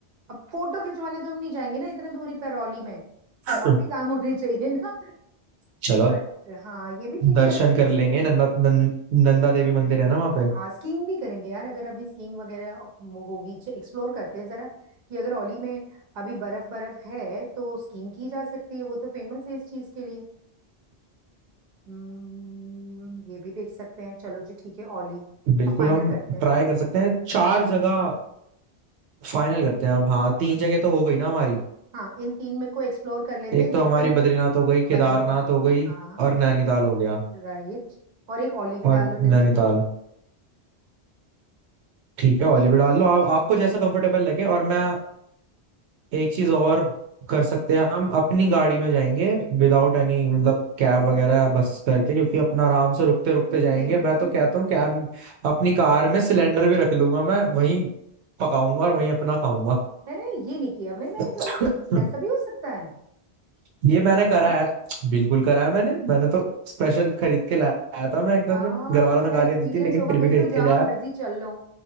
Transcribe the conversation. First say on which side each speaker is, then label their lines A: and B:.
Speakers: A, on the right; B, on the right.
A: अब फोटो खिंचवाने तो हम नहीं जाएंगे ना इतने दूरी करौली में
B: <laughs>
A: और भी काम होने चाहिए ना
B: चलो
A: बट हाँ ये भी ठीक
B: दर्शन
A: है अच्छी
B: कर
A: चीज
B: लेंगे
A: है
B: नंदा नं, नंदा देवी मंदिर है ना वहां पे
A: हाँ स्कीइंग भी करेंगे यार अगर अभी स्कीइंग वगैरह हो- होगी एक्सप्लोर करते हैं जरा कि अगर औली में अभी बर्फ बर्फ है तो स्कीइंग की जा सकती है वो तो फेमस है इस चीज के लिए हम्म ये भी देख सकते हैं चलो जी ठीक है औली
B: बिल्कुल
A: अब फाइनल
B: हम
A: करते हैं
B: ट्राई कर सकते हैं चार जगह फाइनल करते हैं अब हाँ तीन जगह तो हो गई ना हमारी
A: हाँ इन तीन में को एक्सप्लोर कर लेते
B: एक
A: हैं देखते
B: तो हमारी
A: हैं भाई
B: बद्रीनाथ हो गई केदारनाथ
A: बद्रीनाथ
B: हो गई
A: हाँ
B: और नैनीताल हो गया
A: राइट और एक औली भी डाल
B: और
A: लो लिस्ट
B: नैनीताल
A: में
B: ठीक
A: फिर
B: है ऑलिव
A: देखते
B: डाल
A: हैं
B: लो आप
A: कि
B: आपको जैसा कंफर्टेबल लगे और मैं एक चीज और कर सकते हैं हम अपनी गाड़ी में जाएंगे विदाउट एनी मतलब कैब वगैरह या बस करके क्योंकि अपना आराम से रुकते रुकते
A: नहीं
B: जाएंगे
A: नहीं बिल्कुल
B: मैं तो कहता
A: बिल्कुल
B: हूँ कैब अपनी कार में सिलेंडर भी रख लूंगा मैं वहीं पकाऊंगा और वहीं अपना खाऊंगा
A: है ये नहीं किया भाई मैंने
B: <clears throat>
A: कभी ऐसा भी
B: <laughs>
A: हो सकता है
B: ये मैंने
A: बाबा
B: करा है बिल्कुल करा है मैंने मैंने तो स्पेशल खरीद के लाया था मैं एक दफे
A: यार
B: घर वालों
A: क्या
B: ने गालियां
A: एक्सपीरियंस
B: दी थी लेकिन
A: होगा
B: फिर
A: फिर
B: भी खरीद
A: तो जहां
B: के लाया
A: मर्जी चल लो